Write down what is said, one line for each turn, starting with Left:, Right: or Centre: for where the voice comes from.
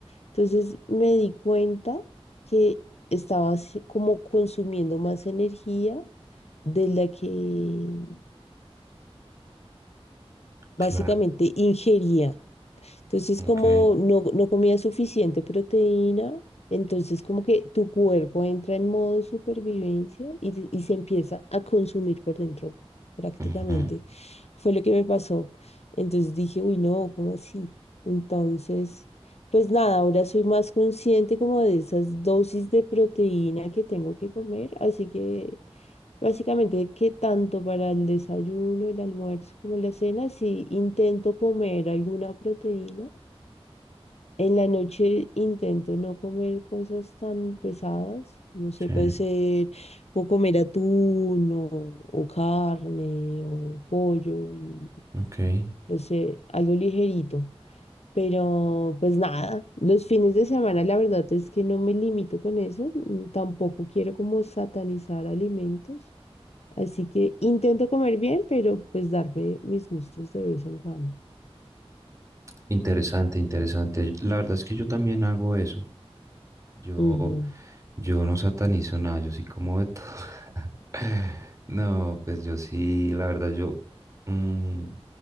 Left: Entonces me di cuenta que estaba así como consumiendo más energía de la que básicamente
Right: Claro,
Left: ingería. Entonces,
Right: ok.
Left: como no, no comías suficiente proteína, entonces como que tu cuerpo entra en modo supervivencia y, se- y se empieza a consumir por dentro, prácticamente.
Right: Ujú,
Left: Fue lo que me pasó. Entonces dije, uy, no, ¿cómo así? Entonces, pues nada, ahora soy más consciente como de esas dosis de proteína que tengo que comer, así que... Básicamente que tanto para el desayuno, el almuerzo como la cena, si intento comer alguna proteína, en la noche intento no comer cosas tan pesadas, no sé,
Right: Sí,
Left: puede ser, puedo comer atún o, o carne o pollo y
Right: ok.
Left: no sé, algo ligerito. Pero pues nada, los fines de semana la verdad es que no me limito con eso, mm, tampoco quiero como satanizar alimentos, así que intento comer bien, pero pues darme mis gustos de vez en cuando.
Right: Interesante, interesante. La verdad es que yo también hago eso. Yo,
Left: Ujú,
Right: yo no satanizo nada, yo sí como de todo. <laughs> No, pues yo sí, la verdad, yo, mm,